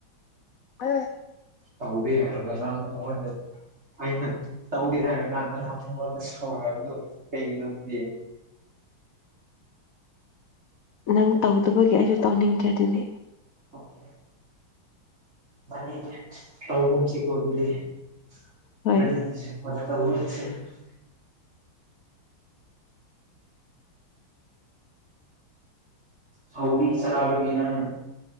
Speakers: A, on the left; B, on the right.
A: ꯑꯥ
B: ꯇꯧꯗꯦ ꯍꯥꯏꯔꯒ ꯅꯪ ꯑꯩꯉꯣꯟꯗ ꯑꯩꯅ ꯇꯧꯗꯦ ꯍꯥꯏꯔ ꯀꯥꯟꯗ ꯃꯨꯛ ꯑꯩꯉꯣꯟꯗ ꯁꯥꯎꯔꯛꯕꯗꯨ ꯀꯩꯒꯤꯅꯣꯗꯨꯗꯤ
A: ꯅꯪ ꯇꯧꯗꯕꯒꯤ ꯑꯩꯁꯨ ꯇꯧꯅꯤꯡꯗ꯭ꯔꯦ ꯑꯗꯨꯗꯤ
B: ꯑꯣꯀꯦ ꯃꯥꯅꯤꯅꯦ ꯇꯧꯒꯨꯝꯁꯤꯀꯣ ꯑꯗꯨꯗꯤ <unintelligible>
A: ꯍꯣꯏ
B: ꯍꯥꯎꯕꯤ ꯁꯔꯕꯤꯒꯅ